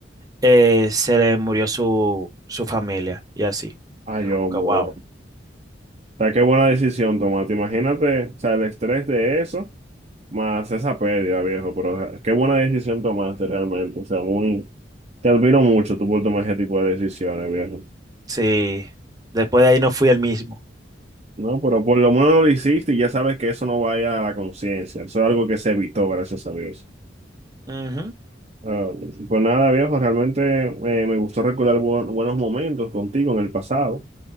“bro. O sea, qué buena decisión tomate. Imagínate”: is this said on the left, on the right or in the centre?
Right